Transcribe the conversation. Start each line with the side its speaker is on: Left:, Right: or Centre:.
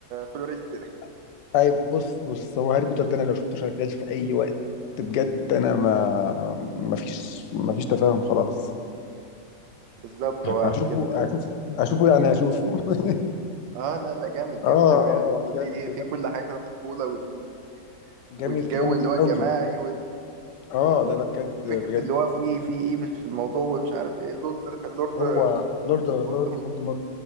Right: فلوريست ده
Left: <laughs> أيوه بص بص هو هاري بوتر ده أنا لو شفته شغال في أي وقت بجد أنا ما ما فيش ما فيش تفاهم خلاص
Right: بالظبط هو
Left: هشوفه
Right: بجد
Left: هشوفه هشوفه يعني هشوفه <laughs>
Right: اه لا لا جامد
Left: اه
Right: جامد قوي
Left: اه
Right: يعني انت
Left: بجد
Right: في
Left: بجد
Right: في كل حاجه الطفوله وال...
Left: جامد
Right: والجو
Left: جامد
Right: اللي هو الجماعي
Left: قوي
Right: وال...
Left: اه لا لا بجد
Right: وفكره
Left: بجد
Right: اللي هو في في ايفل في الموضوع ومش عارف ايه اللورد اللورد
Left: هو لورد لورد
Right: اللورد
Left: فولدمورت